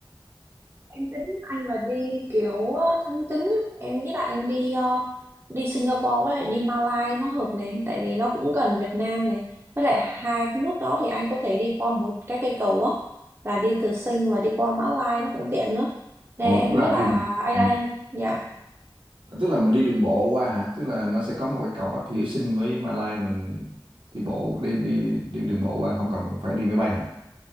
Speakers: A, on the right; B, on the right.
A: Em tính anh mà đi kiểu ờ, tháng 9 á. em nghĩ là anh đi ờ, đi Singapore với lại đi Malaysia nó hợp này tại vì nó cũng gần Việt Nam này với lại hai cái nước đó thì anh có thể đi qua một cái cây cầu á là đi từ Sing và đi qua Mã Lai nó cũng tiện nữa nên
B: Ồ,
A: em
B: tức là
A: nghĩ là
B: đi đường-
A: anh
B: ừ.
A: anh, anh dạ,
B: tức là mình đi đường bộ qua hả? Tức là nó sẽ có một cái cầu Bắc Hữu Sinh với Malai mình đi bộ đi đi đi đường bộ qua không cần phải đi máy bay hả?